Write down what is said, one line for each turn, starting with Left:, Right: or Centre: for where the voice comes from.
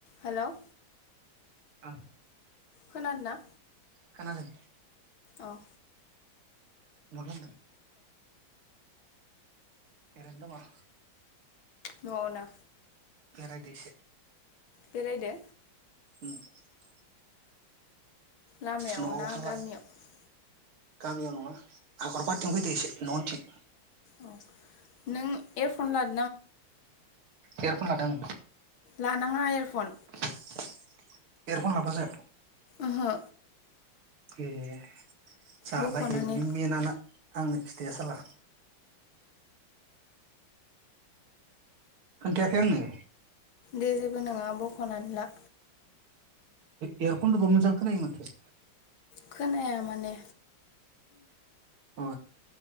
Left: हेल'
Right: आ।
Left: खोनादों ना?
Right: खोनादों।
Left: औ।
Right: मा खालामदों? एरैनो दङ।
Left: न नो
Right: बेराय दोसो
Left: बेरायदो?
Right: <inaudible>
Left: लामायावना
Right: न'आव हारला
Left: गामियाव?
Right: गामियाव नङा हाखरफारथिं फैदो एसे न' उनथिं।
Left: अ नों एयार फन लाद
Right: <inaudible> एयारफन लादों
Left: लानाङा एयारफन।
Right: एयारफन लाबा जा
Left: आहो।
Right: ए। <unintelligible>
Left: बख'नानै
Right: आंनो खिथाया साला खोन्थायाखै आंनो।
Left: जे जेबो नङा बख'नानै ला।
Right: एयारफनदोबो मोजां खोनायो माथो?
Left: खोनाया माने
Right: अ